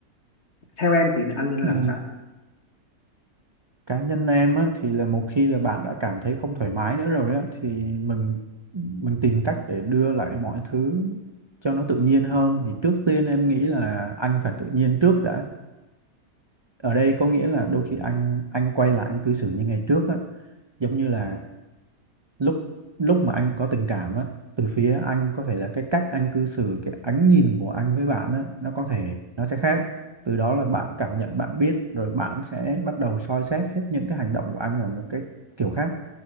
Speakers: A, on the left; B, on the right.
A: theo em thì anh nên
B: ừ.
A: làm sao
B: cá nhân em á thì là một khi là bạn đã cảm thấy không thoải mái nữa rồi á thì mình mình tìm cách để đưa lại mọi thứ cho nó tự nhiên hơn thì trước tiên em nghĩ là anh phải tự nhiên trước đã ở đây có nghĩa là đôi khi anh anh quay lại anh cư xử như ngày trước á giống như là lúc lúc mà anh có tình cảm á từ phía anh có thể là cái cách anh cư xử cái ánh nhìn của anh với bạn á nó có thể nó sẽ khác từ đó là bạn cảm nhận bạn biết rồi bạn sẽ bắt đầu soi xét hết những cái hành động của anh ở một cái kiểu khác